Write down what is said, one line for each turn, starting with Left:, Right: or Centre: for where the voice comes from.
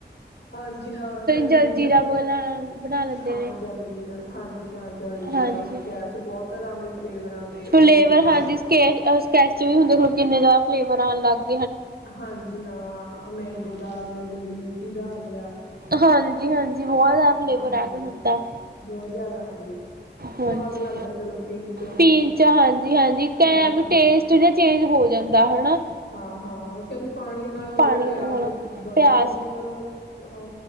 Left: ਹਾਂਜੀ ਹਾਂ ਕਈ
Right: ਜਲਜੀਰਾ
Left: ਜਿਵੇਂ ਜ
Right: ਬਣਾ ਬਣਾ ਲੈਂਦੇ
Left: ਹਾਂ
Right: ਨੇ।
Left: ਜਲ ਜ਼ੀਰਾ ਦਾ ਹਾਂਜੀ ਹਾਂ ਜਲ ਜ਼ੀ
Right: ਹਾਂਜੀ।
Left: ਦਾ ਸਕੈਸ਼ ਬਹੁਤ ਤਰ੍ਹਾਂ ਦੇ ਫਲੇਵਰਾਂ ਦੇ
Right: ਫਲੇਵਰ
Left: ਹੁੰਦੇ ਨੇ
Right: ਹਾਂਜੀ ਸਕੈਚ- ਸਕੈਚ ਚ ਵੀ ਹੁੰਦੇ ਦੇਖਲੋ ਕਿੰਨੇ ਜ਼ਿਆਦਾ ਫਲੇਵਰ ਆਣ ਲਾਗੇ।
Left: ਹਾਂਜੀ ਹਾਂ ਮੈਂਗੋ ਦਾ ਆ ਗਿਆ, ਜਿਵੇਂ ਲੀਚੀ ਦਾ ਆ ਗਿਆ।
Right: ਹਾਂਜੀ- ਹਾਂਜੀ, ਬਹੁਤ ਜ਼ਿਆਦਾ ਫਲੇਵਰ
Left: ਹਾਂਜੀ
Right: ਆ ਗਏ ਹੁਣ ਤਾਂ।
Left: ਬਹੁਤ ਜ਼ਿਆਦਾ ਆ ਗਏ
Right: ਹਾਂਜੀ
Left: ਸਵਾਦ ਲੱਗਦਾ ਚਲੋ ਪੀਣ ਚ ਉਹ
Right: ਪੀਣ ਚ ਹਾਂਜੀ- ਹਾਂਜੀ ਇਕ
Left: ਹਾਂ ਮਿੱਠਾ
Right: ਐਂ ਵੀ ਟੇਸਟ ਜ ਚੇਂਜ ਹੋ ਜਾ ਜਾਂਦਾ ਹਨਾ।
Left: ਹਾਂ, ਹਾਂ ਕਿਉਂਕਿ ਪਾਣੀ ਨਾਲੋਂ
Right: ਪਾਣੀ
Left: ਪਿਆਸ
Right: ਤੋਂ ਹੁਣ
Left: ਬੁਝ
Right: ਪਿਆਸ
Left: ਜਾਂਦੀ ਹੈ ਪਰ ਉਹ ਹਾਂ